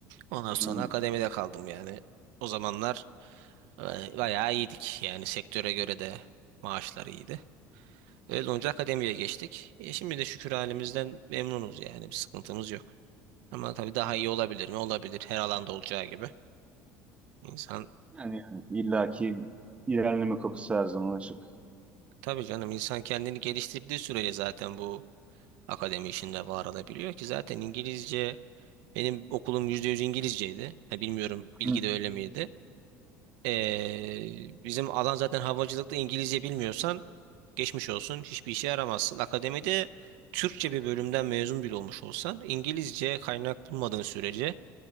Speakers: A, on the right; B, on the right.
A: Ondan sonra
B: hı.
A: akademide kaldım yani. O zamanlar e, bayağı iyiydik. Yani sektöre göre de maaşlar iyiydi. Öyle olunca akademiye geçtik. E, şimdi de şükür halimizden memnunuz yani bir sıkıntımız yok. Ama tabii daha iyi olabilir mi? Olabilir. Her alanda olacağı gibi. İnsan
B: Yani, yani illaki ilerleme kapısı her zaman açık.
A: tabii canım insan kendini geliştirdiği sürece zaten bu akademi işinde var olabiliyor ki zaten İngilizce benim okulum %100 İngilizceydi. Ha, bilmiyorum bilgi
B: Hı.
A: de öyle miydi? Ee, bizim alan zaten havacılıkta İngilizce bilmiyorsan geçmiş olsun hiçbir işe yaramazsın. Akademide Türkçe bir bölümden mezun bile olmuş olsan İngilizce kaynak bulmadığın sürece